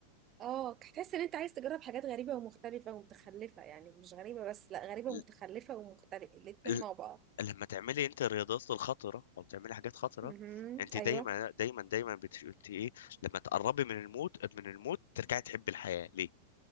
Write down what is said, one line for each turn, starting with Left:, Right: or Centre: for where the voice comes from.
Right: اه هتحس ان انت عايز تجرب حاجات غريبة ومختلفة ومتخلفة يعني مش غريبة بس لا غريبة
Left: ل-
Right: ومتخلفة ومختلفة الاتنين
Left: ل-
Right: مع بعض
Left: لما تعملي انت الرياضات الخطره او تعملي حاجات خطره
Right: مهم.
Left: انت دايما
Right: ايوه
Left: دايما دايما بت... انت ايه لما تقربي من الموت من الموت ترجعي تحبي الحياه ليه